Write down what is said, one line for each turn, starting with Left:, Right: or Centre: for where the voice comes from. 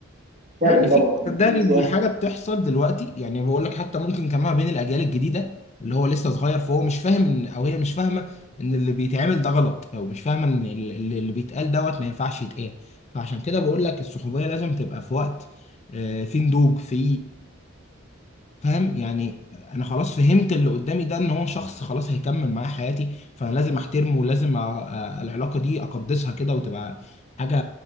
Right: فرق
Left: يعني
Right: طبعا
Left: في
Right: الاثنين
Left: صدقني
Right: مش
Left: دي حاجة بتحصل دلوقتي يعني بقول لك حتى ممكن كمان بين الأجيال الجديدة اللي هو لسه صغير فهو مش فاهم إن أو هي مش فاهمة إن اللي بيتعمل ده غلط أو مش فاهمة إن ال- ال- اللي بيتقال دوت ما ينفعش يتقال فعشان كده بقول لك الصحوبية لازم تبقى في وقت آه، في نضوج في فاهم يعني انا خلاص فهمت اللي قدامي ده ان هو شخص خلاص هيكمل معايا حياتي فانا لازم احترمه ولازم أ- أ- العلاقه دي اقدسها كده وتبقى حاجه